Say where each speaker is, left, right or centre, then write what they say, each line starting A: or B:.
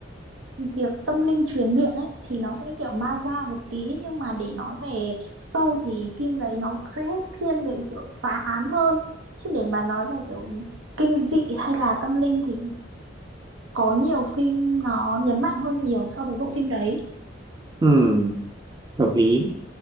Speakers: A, on the right; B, on the right.
A: việc tâm linh truyền miệng ấy thì nó sẽ kiểu ma da một tí nhưng mà để nói về sâu thì phim đấy nó sẽ thiên về kiểu phá án hơn chứ để mà nói về kiểu kinh dị hay là tâm linh thì có nhiều phim nó nhấn mạnh hơn nhiều so với bộ phim đấy
B: Ừm, hợp lý